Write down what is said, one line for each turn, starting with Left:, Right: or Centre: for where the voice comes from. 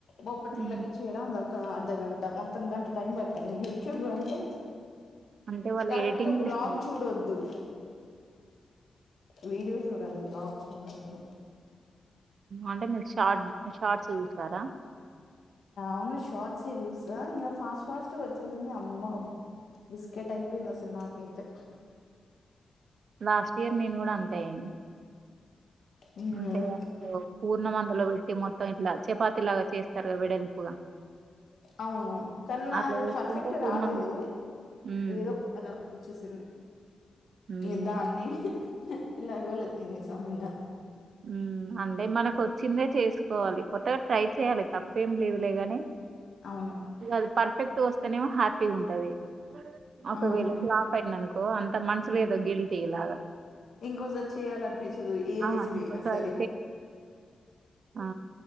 Left: బొప్పట్లకి
Right: ఉమ్
Left: చ్చేడడా ఉంద ఒక అర్ధగంట మొత్తం గంట టైం పట్టింది యూట్యూబ్ అంటే
Right: అంటే వాళ్ళు
Left: కరెక్ట్
Right: ఎడిటింగ్ చేస్తు
Left: వ్లాగ్ చూడొద్దు వీడియో చూడాల బ్ వద్దు
Right: అంటే మ షార్ట్ షార్ట్స్ చూస్తారా
Left: వున్న సవాచ్ స్ ఫాస్ట్ ఫాస్ట్ వచ్చేసింది అమ్ బాబు బిస్కెట్ అయిపోయింది అసలు నాకైతే.
Right: లాస్ట్ ఇయర్ నేను కూడా అంతే అయింది.
Left: హ్మ్.
Right: అంటే అప్పుడు పూర్ణమందులో పెట్టి మొత్తం ఇట్లా చపాతి లాగా చేస్తారుగా వెడల్పుగా.
Left: అవును కానీ నాది
Right: అట్లా చేసుకుంటే
Left: పర్ఫెక్ట్
Right: పూర్ణం
Left: రాలేదు
Right: హ్మ్
Left: ఏదో అలా వచ్చేసింది.
Right: హ్మ్
Left: ఈ దాన్ని ఎలాగోల తినేసం ఇగ
Right: హ్మ్ అంటే మనకు వచ్చిందే చేసుకోవాలి కొత్తగా ట్రై చేయాలి తప్పేం లేదులేగాని.
Left: అవును
Right: ఇగ అది ఫర్ ఫేక్ట్ వస్తేనేమో హ్యాపీగా ఉంటది. ఒకవేళ
Left: అవును
Right: ఫ్లాప్ అయిందను కో అంత మనసుల ఏదో గిల్టీ లాగా
Left: ఇంకోసారి చేయాలినిపించదు ఏ
Right: ఆ
Left: రెసిపీ
Right: ఇంకోసారి
Left: అయినా స
Right: ఆ